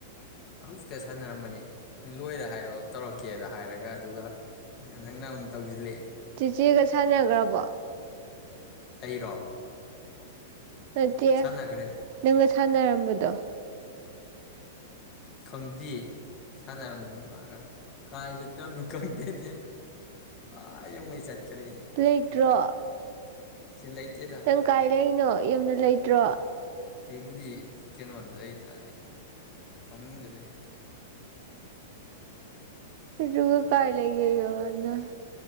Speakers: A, on the left; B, on the right.
A: ꯍꯧꯖꯤꯛꯇ ꯁꯥꯟꯅꯔꯝꯕꯅꯤ ꯅꯪ ꯂꯣꯏꯔ ꯍꯥꯏꯔꯛꯑꯣ ꯇꯧꯔꯛꯀꯦꯗ ꯍꯥꯏꯔꯒ ꯑꯗꯨꯒ ꯅꯪꯅ ꯑꯃꯨꯛ ꯇꯧꯁꯤꯜꯂꯛꯑꯦ
B: ꯆꯤꯆꯦꯒ ꯁꯥꯟꯅꯒ꯭ꯔꯕꯣ꯫
A: ꯑꯩꯔꯣ꯫
B: ꯅꯠꯇꯦ
A: ꯁꯥꯟꯅꯈ꯭ꯔꯦ
B: ꯅꯪ ꯁꯥꯟꯅꯔꯝꯕꯗꯣ
A: ꯈꯪꯗꯤꯌꯦ ꯁꯥꯟꯅꯔꯝꯃꯅꯤ ꯃꯥꯒ ꯀꯥꯏ ꯆꯠꯀꯕꯅꯣ ꯈꯪꯗꯦꯅꯦ ꯑꯥ ꯌꯧꯉꯩ ꯆꯠꯈ꯭ꯔꯦ꯫
B: ꯂꯩꯇ꯭ꯔꯣ꯫
A: ꯁꯤ ꯂꯩꯇꯦꯗ
B: ꯅꯪ ꯀꯥꯏ ꯂꯩꯅꯣ꯫ ꯌꯨꯝꯗ ꯂꯩꯇ꯭ꯔꯣ꯫
A: ꯑꯩꯕꯨꯗꯤ ꯀꯩꯅꯣꯗ ꯂꯩꯗ ꯑꯩ ꯐꯃꯨꯡꯗ ꯂꯩ꯫
B: ꯑꯗꯨꯒ ꯀꯥꯥꯏ ꯂꯩꯔꯤꯕ ꯃꯥꯟꯅ꯫